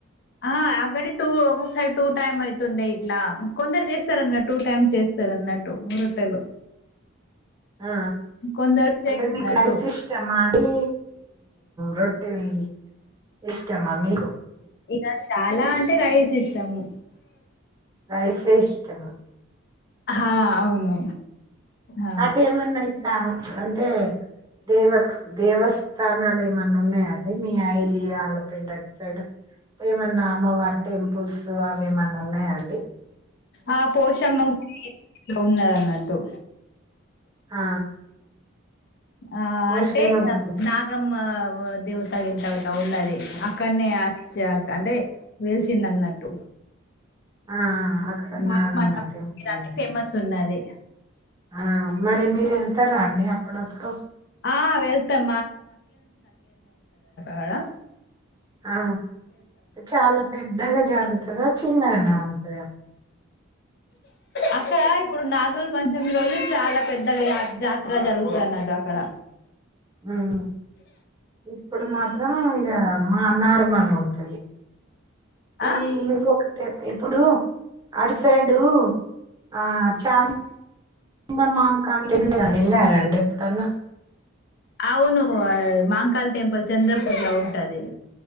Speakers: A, on the left; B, on the right.
A: ఆ అక్కడ టూ ఒక్కొక్కసారి టూ టైమ్ అవుతుండే ఇట్లా కొందరు చేస్తారు అన్న టూ టైమ్ చేస్తారు అన్నట్టు రొట్టెలు
B: ఆ
A: కొందరు చేయన్నట్టు
B: అంత క్రైసిిష్ట మీ రొట్టలీ ఇష్టమ్మా మీరు
A: ఇక చాలా అంటే రైస్ ఇష్టము
B: రైసే ఇష్టమా
A: హా అవును ఆ
B: అదేమన్నా ఇట్లా అంటే దేవ దేవస్థానాలు ఏమన్నా ఉన్నాయాండి. మీ ఐరియాల పెండి అటు సైడ్ ఏమన్నా అమ్మవారి టెంపుల్స్ అవి ఏమన్న ఉన్నాయా అండి
A: ఆ పోషమ్మ గుడి ఉన్నదన్నట్ తో
B: ఆ
A: ఆ
B: పోషమ్మ
A: అంటే ఇగ
B: గుడి
A: నాగమ్మ ఆ దేవతాగింత ఇట్ల ఉన్నది కన్య ఆచ్చక్ అంటే వెలిసింది అన్నట్టు
B: ఆ అక్కడ
A: మా
B: నాగమ్మ
A: <unintelligible>
B: టెంపుల్ ఉంది
A: ఫేమస్ ఉన్నది
B: ఆ మరి మీరు వెళ్తారా అండి అప్పుడప్పుడు
A: ఆ వెళ్తాం ఆడా
B: ఆ చాలా పెద్ దగ జరుగుతుద చిన్నగానే ఉంతద
A: అక్కడ ఇప్పుడు నాగుల్ పంచమి రోజు చాలా పెద్దగా జాతర జరుగుతన్నది అక్కడ
B: మ్మ్ ఇప్పుడు మాత్రం ఇగ మా అన్న ల మను ఉంటది
A: ఆ
B: ఈ ఇంకొకటి ఇప్పుడు ఆటు సైడు ఆ చాం మం మాంకాల్ టెంపుల్ వెళ్ వెళ్ళా రండి ప్పుడన్న
A: అవును మాంకాల్ టెంపుల్ చంద్రపూర్ లో ఉంటది